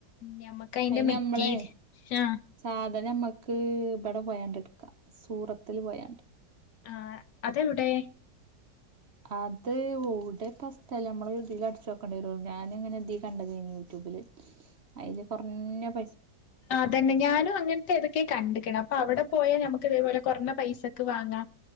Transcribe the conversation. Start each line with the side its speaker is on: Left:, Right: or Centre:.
Left: ഞമ്മക്ക് അയിന്റെ
Right: അയിന്
Left: മെറ്റീ
Right: നമ്മളെ
Left: ആഹ്
Right: സാധനം നമ്മക്ക് ഇബടെ പോയാണ്ട് ഇട്ക്കാം സൂറത്തില് പോയാണ്ട്
Left: ആഹ് അതെവിടെ
Right: അത് എവ്ടെ ഇപ്പ സ്ഥലം നമ്മള് ഇതില് അടിച്ച് നോക്കേണ്ടി വരും ഞാനിങ്ങനെ ഇതീ കണ്ടതേയ്ന്ന് യൂട്യൂബില് അയില് കൊറഞ്ഞ പൈസ
Left: ആ അതന്നെ ഞാനും അങ്ങൻത്തെ ഏതൊക്കെ കണ്ട്ക്ക്ണ് അപ്പൊ അവടെ പോയാ ഞ്ഞമ്മക്ക് ഇതേ പോലെ കൊറഞ്ഞ പൈസക്ക് വാങ്ങാം